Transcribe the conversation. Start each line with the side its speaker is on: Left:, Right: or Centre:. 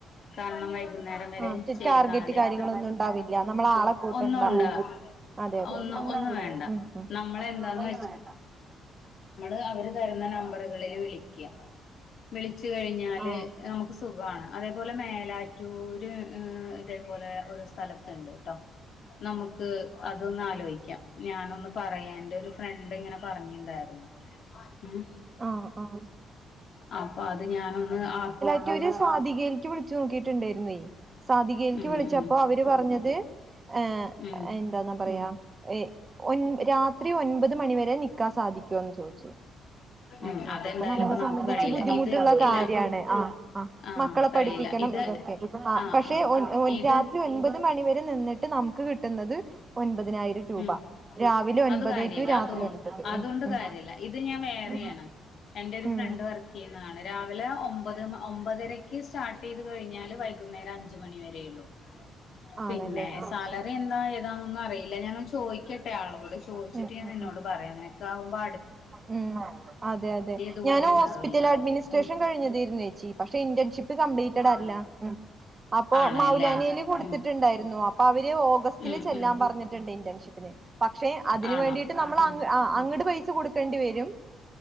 Left: കാരണം വൈകുന്നേരം വരെ
Right: ആ
Left: ചെയ്താല്
Right: ടാർഗറ്റ് കാര്യങ്ങളൊന്നും ഉണ്ടാവില്ല നമ്മളാളെ കൂട്ടണ്ട
Left: ഒന്നും ഉണ്ടാ
Right: അതെ അതെ
Left: ഒന്നും
Right: അതെ
Left: ഒന്നും വേണ്ട
Right: ഉം ഉം ഉം
Left: നമ്മളെന്താന്ന് അത് അവര് തര്ന്ന നമ്പറുകളില് വിളിക്യാ വിളിച്ചു കഴിഞ്ഞാല്
Right: ആ
Left: നമുക്ക് സുഖാണ് അതേപോലെ മേലാറ്റൂര് ഏഹ് ഇതേപോലെ ഒരു സ്ഥലത്ത്ണ്ട് ട്ടോ നമുക്ക് അതൊന്ന് ആലോയിക്കാം ഞാനൊന്ന് പറയാ എന്റെ ഒരു ഫ്രണ്ട് ഇങ്ങനെ പറഞ്ഞിണ്ടായി ഉം
Right: ആ ആ
Left: അപ്പ അത് ഞാനൊന്ന് ആഹ്
Right: റ്റൂര് സാധികേല്ക്ക് വിളിച്ചു നോക്കിട്ടുണ്ടായിരുന്നേ സാധികേല്ക്ക്
Left: ഉം
Right: വിളിച്ചപ്പോ
Left: ഉം
Right: അവ് ര് പറഞ്ഞത് ഏ
Left: ഉം
Right: എന്താന്നാ പറയാ ഏ ഒൻ രാത്രി ഒൻപത് മണിവരെ നിക്കാൻ സാധിക്കും പറ്റു ചോദിച്ചു നോക്ക്
Left: ഉം അതെന്തായാലും
Right: അതൊക്കെ നമ്മളെ
Left: ഇപ്പൊ നമുക്ക്
Right: സംബന്ധിച്ച്
Left: കഴിയില്ല
Right: ബുദ്ധിമുട്ട്
Left: ഇത്
Right: കാര്യാണ്
Left: ഇല്ല
Right: ആ ആ
Left: ആഹ്
Right: മക്കളെ
Left: കഴിയില്ല
Right: പഠിപ്പിക്കണം
Left: ഇത്
Right: ഇതൊക്കെ ആ
Left: ആഹ്
Right: പക്ഷെ
Left: ആഹ്
Right: ഒൻ
Left: ഇത്
Right: രാത്രി ഒൻപത് മണിവരെ നിന്നിട്ട് റ്റ് നമ്മ്ക്ക് കിട്ട്ന്നത് ഒൻപതിനായിരം രൂപ
Left: ഉം
Right: രാവിലെ ഒൻപത്
Left: അത് കാര്യല്ല
Right: ടു രാത്രി
Left: അതോ
Right: ഒൻപത്
Left: അതുകൊണ്ട്
Right: ഉം ഉം
Left: കാര്യല്ല ഇത് ഞാൻ വേറെയാണ്
Right: ഉം
Left: എന്റെ ഒരു
Right: ഉം
Left: ഫ്രണ്ട് വർക്കീയുന്നതാണ് രാവിലെ ഒമ്പത് മ ഒമ്പതരക്ക് സ്റ്റാർട്ടീത് കഴിഞ്ഞാല് വൈകുന്നേരം അഞ്ച് മണി വരേ ഉള്ളൂ പിന്നെ
Right: ആണല്ലേ ആ
Left: സാലറി
Right: ശരി
Left: എന്താ ഏതാന്നൊന്നും അറി ഞാനൊന്ന് ചോയ്ക്കട്ടെ ആളോട് ചോയ്ച്ചിട്ട്
Right: ഉം
Left: ഞാൻ
Right: ഉം ഉം
Left: നിന്നോട് പറയാം നിനക്കാവുമ്പ അട്
Right: ഉം അതെ അതെ
Left: ദൂരം
Right: ഞാന്
Left: ഉണ്ടാവില്ല
Right: ഹോസ്പിറ്റൽ അഡ്മിനിസ്ട്രേഷൻ
Left: ഉം
Right: കഴിഞ്ഞതേര്ന്നു ഏച്ചി പക്ഷെ ഇന്റേൺഷിപ്പ് കംപ്ലീറ്റട്അല്ല ഉം അപ്പൊ
Left: ആണല്ലേ
Right: മൗലാനേല് കൊടുത്തിട്ട്ണ്ടായിരുന്നു
Left: ഉം
Right: അ അവര് ഓഗസ്റ്റില്
Left: ഉം
Right: ചെല്ലാ
Left: ഉം
Right: പറഞ്ഞിട്ട്ണ്ട് ഇന്റേൺഷിപ്പിന് പക്ഷെ അതിന്
Left: ആണോ
Right: വേണ്ടിയിട്ട് നമ്മൾഅങ്ങ്
Left: ഉം
Right: ആ അങ്ങട് പൈസ കൊടു ണ്ടി വരും